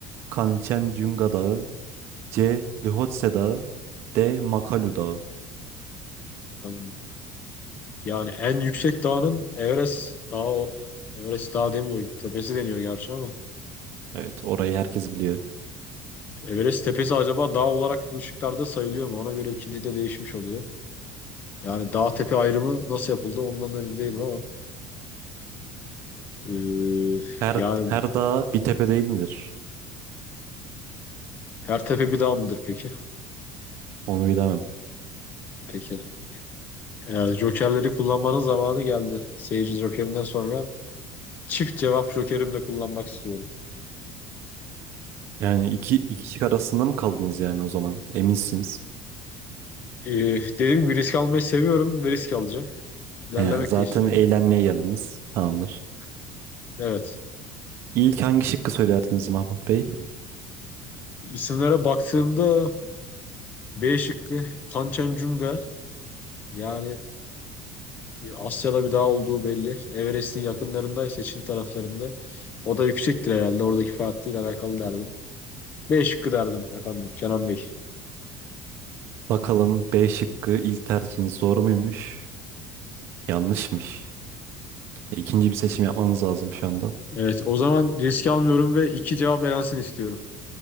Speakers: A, on the right (about 45°); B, on the left (about 30°).
A: Kanchenjunga Dağı C. Lhotse Dağı D. Makalu Dağı
B: Em, Yani en yüksek dağının Everest dağı, o- Everest dağı demiyor, tepesi deniyor gerçi ama.
A: Evet orayı herkes biliyor.
B: Everest tepesi acaba dağ olarak bu ışıklarda sayılıyor mu? Ona göre ikinci de değişmiş oluyor. Yani dağ tepe ayrımı nasıl yapıldı ondan da emin değilim ama. eee,
A: Her,
B: yani
A: her dağ bir tepe değil midir?
B: her tepe bir dağ mıdır peki?
A: Onu bilemem.
B: Peki. Yani Jokerleri kullanmanın zamanı geldi. Seyirci Joker'inden sonra çift cevap Joker'imi de kullanmak istiyorum.
A: Yani iki, iki kişi arasında mı kaldınız yani o zaman? Eminsiniz.
B: Ee, dediğim gibi risk almayı seviyorum ve risk alacağım. İlerlemek
A: He, zaten
B: de istiyorum.
A: eğlenmeye geldiniz. Tamamdır.
B: Evet.
A: İlk hangi şıkkı söylerdiniz Mahmut Bey?
B: İsimlere baktığımda B şıkkı Kanchenjunga yani bir Asya'da bir dağ olduğu belli. Everest'in yakınlarındaysa Çin taraflarında. O da yüksektir herhalde. Oradaki farklıyla alakalı derdim. B şıkkı derdim efendim Kenan Bey.
A: Bakalım B şıkkı ilk tercihiniz doğru muymuş? Yanlışmış. E, İkinci bir seçim yapmanız lazım şu anda.
B: Evet o zaman risk almıyorum ve iki cevap elensin istiyorum.